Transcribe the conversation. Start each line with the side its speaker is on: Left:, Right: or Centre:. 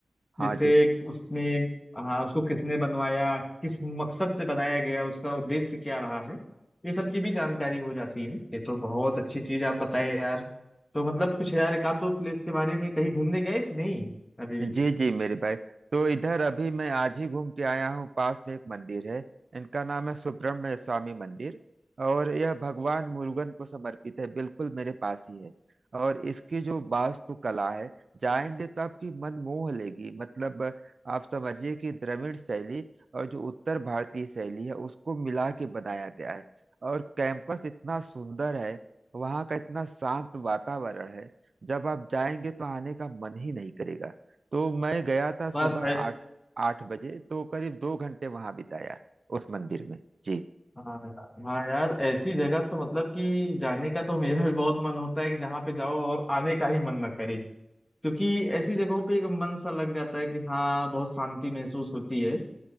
Right: हाँ
Left: जैसे
Right: जी
Left: उसमें हाँ उसको किसने बनवाया किस मकसद से बनाया गया उसका उद्देश्य क्या रहा है ये सब की भी जानकारी हो जाती है ये तो बहुत अच्छी चीज आप बताए यार तो मतलब कुछ यार एक आध दो प्लेस के बारे में कहीं घूमने गए कि नहीं अभी
Right: जी जी मेरे भाई तो इधर अभी मैं आज ही घूम के आया हूँ पास में एक मंदिर है इनका नाम है सुब्रह्मण्य स्वामी मंदिर और यह भगवान मुरुगन को समर्पित है बिल्कुल मेरे पास ही है और इसकी जो वास्तुकला है जाएंगे तो आपकी मन मोह लेगी मतलब आप समझिए कि द्रविड़ शैली और जो उत्तर भारतीय शैली है उसको मिला के बनाया गया है और कैंपस इतना सुंदर है वहाँ का इतना शांत वातावरण है जब आप जाएंगे तो आने का मन ही नहीं करेगा तो मैं गया था
Left: बस
Right: सुबह
Left: भाई
Right: आठ आठ बजे तो करीब दो घंटे वहां बिताया उस मंदिर में जी
Left: हाँ यार हाँ यार ऐसी जगह तो मतलब कि जाने का तो मेरा भी बहुत मन होता है कि जहाँ पे जाओ और आने का ही मन ना करे क्योंकि ऐसी जगहों पे एक मन सा लग जाता है कि हाँ बहुत शांति महसूस होती है